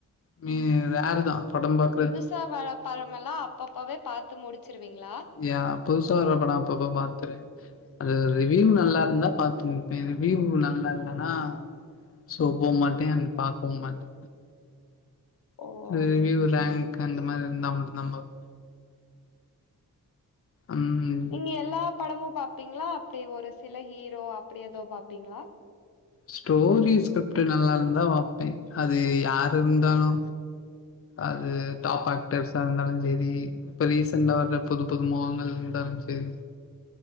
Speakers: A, on the left; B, on the left.
A: மீதி ரேரு தா படம் பாக்றது
B: த்தா வர படமெல்லா அப்பப்பவே பாத்து முடிச் ச்சுரிவீங்களா
A: யா புதுசா வர படம் அப்பப்ப பாத்துறே அது ரிவியூ நல்லா இருந்தா பாத்துருவா ரிவ்யூ நல்லா இல்லன்னா சோ போமாட்டே அண்ட் பாக்கவு மாட்டே
B: ஓ
A: ரிவ்யூ
B: செரி செரி
A: ரேங்க் அந்த மாரி இருந்தா மட்டு தா பாப் ம்
B: நீங்க எல்லா படமும் பாப்பீங்களா அப்டி ஒரு சில ஹீரோ அப்டி எதோ பாப்பீங்களா
A: ஸ்டோரி ஸ்கிரிப்ட்டு நல்லா இருந்தா பாப்பே அது யாரு இருந்தாலு அது தாப்ப பெருசா இருந்தாலு செரி இப்ப ரீசன்டா வர புது புது முகங்கள் இருந்தாலு செரி